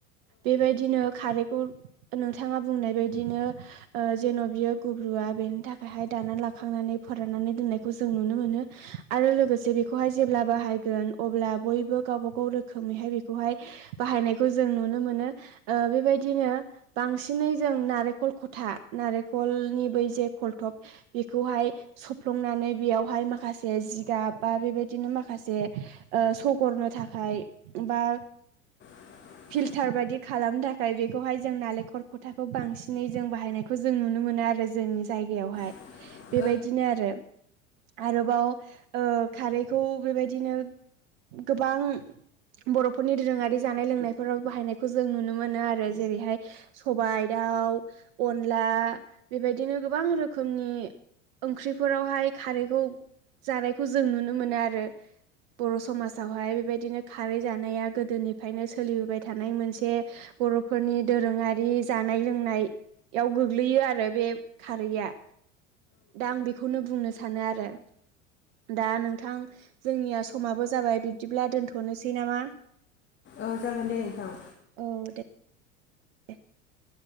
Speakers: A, on the right (about 50°); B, on the left (about 30°).
A: बेबायदिनो खारैखौ नोंथाङा बुंनाय बायदिनो ओ जेन' बियो गुब्रुआ बेनि थाखायहाय दाना लाखांनानै फोराननानै दोननायखौ जों नुनो मोनो आरो लोगोसे बेखौहाय जेब्ला बाहायगोन अब्ला बयबो गावबा गाव रोखोमैहाय बेखौहाय बाहायनायखौ जों नुनो मोनो बेबायदिनो बांसिनै जों नारेंखल खथा नारेंखलनि बै जे खलथब बेखौहाय सफ्लंनानै बेयावहाय माखासे जिगाब बा बेबाय बिदिनो माखासे ओ सगरनो थाखाय बा
B: <inaudible>
A: फिल्टार बायदि खालामनो थाखाय बेखौहाय जों नालेंखर खथाखौ बांसिनै जों बाहायनाय खौ जों नुनो मोनो आरो जोंनि जायगायावहाय
B: <inaudible>
A: बेबायदिनो आरो आरोबाव ओ खारैखौ बेबायदिनो गोबां बर'फोरनि दोरोङारि जानाय लोंनायफोराव बाहायनायखौ जों नुनो मोनो आरो जेरैहाय सबाइ दाउ अनला बेबायदिनो गोबां रोखोमनि ओंख्रिफोरावहाय खारैखौ जानायखौ जों नु नो मोनो आरो बर' समावहाय बेबायदिनो खारै जानाया गोदोनिफ्रायनो सोलिबोबाय थानाय मोनसे बर'फोरनि दोरोङारि जानाय लोंनाय याव गोग्लैयो आरो बे खारैया दा आं बेखौनो बुंनो सानो आरो दा नों जोंनिया समाबो जाबाय बिब्दिब्ला दोनथ'नोसै नामा
B: औ जागोन दे नोंथां
A: औ दे <inaudible>